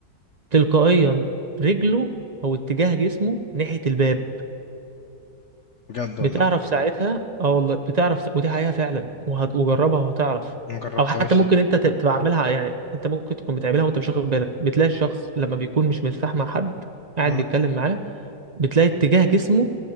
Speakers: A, on the right; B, on the left.
A: تلقائيا رجله او اتجاه جسمه ناحية الباب
B: بجد والله
A: بتعرف ساعتها اه والله بتعرف سا... ودي حقيقة فعلا وهتجربها وهتعرف
B: ما جربتهاش
A: او حتى ممكن
B: دي
A: انت تب- تبقى عاملها يعني انت ممكن تكون بتعملها وانت مش واخد بالك بتلاقي الشخص لما بيكون مش مرتاح مع حد قاعد
B: اه
A: بيتكلم معاه بتلاقي اتجاه جسمه